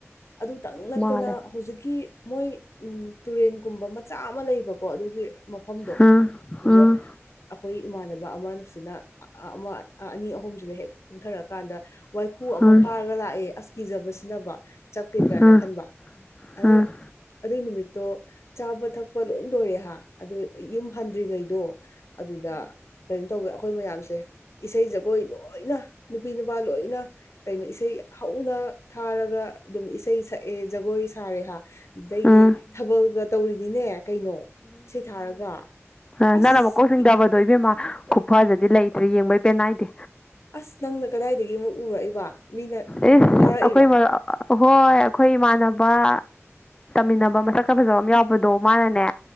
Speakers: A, on the left; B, on the left.
A: ꯑꯗꯨꯇꯪ ꯅꯠꯇꯅ
B: ꯃꯥꯂꯦ
A: ꯍꯨꯖꯤꯛꯀꯤ ꯃꯣꯏ ꯎꯝ ꯇꯨꯔꯦꯟꯒꯨꯝꯕ ꯃꯆꯥ ꯑꯃ ꯂꯩꯕꯀꯣ ꯑꯗꯨꯒꯤ ꯃꯐꯝꯗꯣ
B: ꯎꯝ ꯎꯝ
A: ꯑꯗꯨꯗ
B: ꯎꯝ
A: ꯑꯩꯈꯣꯏ ꯏꯃꯥꯟꯅꯕ ꯑꯃꯁꯤꯅ ꯑꯃ ꯑꯅꯤ ꯑꯍꯨꯝꯁꯤꯅ ꯍꯦꯛ ꯀꯨꯝꯊꯔꯛꯀꯥꯟꯗ ꯋꯥꯏꯈꯨ ꯑꯃ
B: ꯎꯝ
A: ꯐꯥꯔꯒ ꯂꯥꯛꯑꯦ ꯑꯁ ꯀꯤꯖꯕꯁꯤꯅꯕ ꯆꯞꯈꯤꯗ꯭ꯔꯅ
B: ꯎꯝ ꯎꯝ
A: ꯈꯟꯕ
B: ꯎꯝ
A: ꯑꯗ ꯑꯗꯨꯏ ꯅꯨꯃꯤꯠꯇꯣ ꯆꯥꯕ ꯊꯛꯄ ꯂꯣꯏ ꯂꯣꯏꯔꯦ ꯍꯥ ꯑꯗꯨ ꯌꯨꯝ ꯍꯟꯗ꯭ꯔꯤꯉꯩꯗꯣ ꯑꯗꯨꯗ ꯀꯩꯅꯣ ꯇꯧꯋꯦ ꯑꯩꯈꯣꯏ ꯃꯌꯥꯝꯁꯦ ꯏꯁꯩ ꯖꯒꯣꯏ ꯂꯣꯏꯅ ꯅꯨꯄꯤ ꯅꯨꯄꯥ ꯂꯣꯏ ꯂꯣꯏꯅ ꯀꯩꯅꯣ ꯏꯁꯩ ꯍꯧꯅ ꯊꯥꯔꯒ ꯑꯗꯨꯝ ꯏꯁꯩ ꯁꯛꯑꯦ ꯖꯒꯣꯏ ꯁꯥꯔꯦ ꯍꯥ ꯑꯗꯨꯗꯩꯗꯤ
B: ꯎꯝ ꯎꯝ
A: ꯊꯥꯕꯜꯒ ꯇꯧꯔꯤꯅꯤꯅꯦ ꯀꯩꯅꯣ ꯏꯁꯩ ꯊꯥꯔꯒ
B: ꯑ
A: ꯑꯁ
B: ꯅꯪꯅ ꯃꯀꯣꯛ ꯁꯤꯡꯗꯕꯗꯣ ꯏꯕꯦꯝꯃ ꯈꯨꯐꯖꯗꯤ ꯂꯩꯇ꯭ꯔꯦ ꯌꯦꯡꯕꯩ ꯄꯦꯟꯅꯥꯏꯗꯦ
A: ꯑꯁ ꯅꯪꯅ ꯀꯗꯥꯏꯗꯒꯤ ꯑꯃꯨꯛ ꯎꯔꯛꯏꯕ ꯃꯤꯅ
B: ꯏꯁ
A: ꯊꯥꯔꯛꯏꯔꯣ
B: ꯑꯩꯈꯣꯏ ꯃꯔꯨꯞ ꯍꯣꯏ ꯑꯩꯈꯣꯏ ꯏꯃꯥꯟꯅꯕ ꯇꯝꯃꯤꯟꯅꯕ ꯃꯁꯛ ꯈ ꯐꯖꯕ ꯑꯃ ꯌꯥꯎꯕꯗꯣ ꯃꯥꯅꯅꯦ